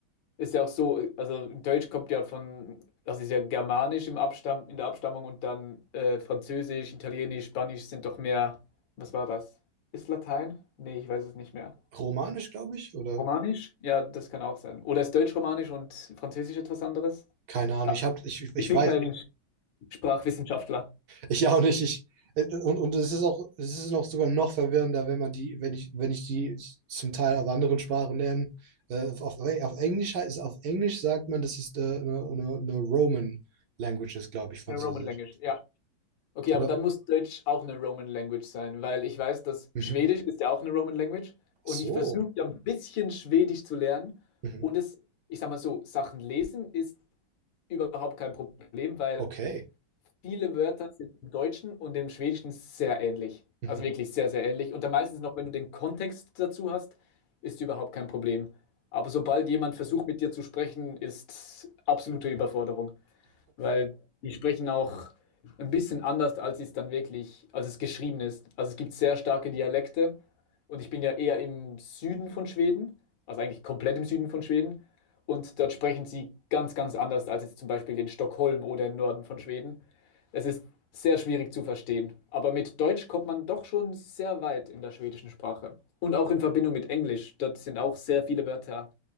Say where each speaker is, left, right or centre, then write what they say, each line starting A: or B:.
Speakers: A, on the left (about 75°); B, on the right (about 70°).
A: ist ja auch so, also Deutsch kommt ja von, das ist ja Germanisch im Abstamm, in der Abstammung und dann äh, Französisch, Italienisch, Spanisch sind doch mehr, was war das? Ist Latein? Nee, ich weiß es nicht mehr.
B: romanisch, glaube ich, oder?
A: Romanisch? Ja, das kann auch sein. Oder ist Deutsch-Romanisch und Französisch etwas anderes?
B: Keine Ahnung,
A: Ja,
B: ich hab, ich, ich
A: ich bin
B: weiß,
A: kein Sprachwissenschaftler.
B: ich auch nicht. Ich, äh, und, und es ist auch, es ist noch sogar noch verwirrender, wenn man die, wenn ich, wenn ich die zum Teil auf anderen Sprachen lerne. Äh, auf, auf Englisch heißt, auf Englisch sagt man, das ist äh, eine, eine, eine Roman Language ist, glaube ich, Französisch.
A: Eine Roman Language, ja. Okay,
B: Aber,
A: aber dann muss Deutsch auch eine Roman Language sein, weil ich weiß, dass
B: mhm.
A: Schwedisch ist ja auch eine Roman Language
B: Ach
A: und
B: so,
A: ich versuche ja ein bisschen Schwedisch zu lernen
B: mhm.
A: und es, ich sag mal so, Sachen lesen ist überhaupt kein Problem, weil
B: Okay.
A: Viele Wörter sind im Deutschen und im Schwedischen sehr ähnlich.
B: Mhm.
A: Also wirklich sehr, sehr ähnlich. Und dann meistens noch, wenn du den Kontext dazu hast, ist überhaupt kein Problem. Aber sobald jemand versucht, mit dir zu sprechen, ist absolute Überforderung weil die sprechen auch ein bisschen anders, als es dann wirklich, als es geschrieben ist. Also es gibt sehr starke Dialekte und ich bin ja eher im Süden von Schweden, also eigentlich komplett im Süden von Schweden und dort sprechen sie ganz, ganz anders als jetzt zum Beispiel in Stockholm oder im Norden von Schweden. Es ist sehr schwierig zu verstehen, aber mit Deutsch kommt man doch schon sehr weit in der schwedischen Sprache und auch in Verbindung mit Englisch. Dort sind auch sehr viele Wörter